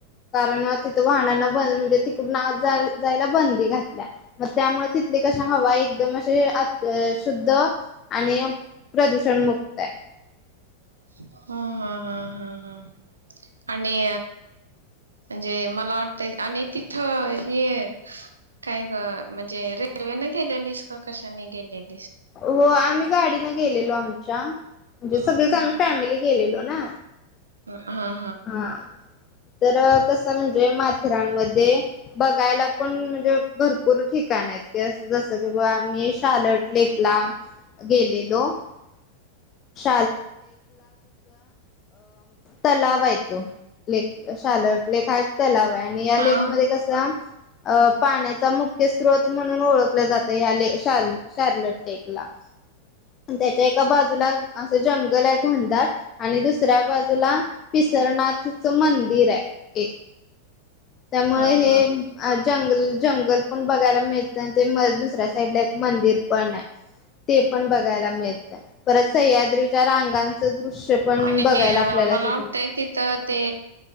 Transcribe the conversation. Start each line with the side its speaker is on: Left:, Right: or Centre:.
Left: कारण तिथं वाहनांना बंद म्हणजे तिकडून आज जायला, बंदी घातल्या मग, त्यामुळे तिथली कशा हवा एकदम असे, आ शुद्ध आणि प्रदूषण मुक्त आहे.
Right: <inaudible> हा हा हा हा हा आणि म्हणजे मला वाटतं. आणि तिथं हे काय ग, म्हणजे रेल्वे न गेलेलीस का कशाने गेलेली.
Left: हो, आम्ही गाडीन गेलेलो, आमच्या म्हणजे सगळीच
Right: हा
Left: आम्ही
Right: हा
Left: फॅमिली. गेलेलो ना,
Right: हा
Left: हा, तर कस म्हणजे, जे माथेरानमध्ये बघायला. पण म्हणजे भरपूर ठिकाण आहेत. जस, की बुवा आम्ही शाल, <inaudible> लांब गेलेलो, <unintelligible> तलाव हाय तो ले शालर लेखाय तलाव हाय. आणि या
Right: हा हा
Left: लेक मध्ये कसं अ पाण्याचा मुख स्रोत म्हणून ओळखलं जातं या ले शाल शार्ललं टेक ला. त्याच्या एक कबाजुला असं जंगल हाय घणडात आणि दुसऱ्या बाजूला पिसरनाथ चमंदिर आय एक त्यामुळं
Right: हा
Left: हे
Right: हा
Left: अ जंगल जंगल पण बघायला मिळतं. ते दुसऱ्या साईड ला एक मंदिर पण हाय ते पण बघायला मिळतंय. परत सह्याद्रीच्या रांगांचं दृश्य पण
Right: आणि
Left: बघायला
Right: हे
Left: आपल्याला
Right: मला
Left: तिथं
Right: वाटतंय
Left: मिळ
Right: तिथं ते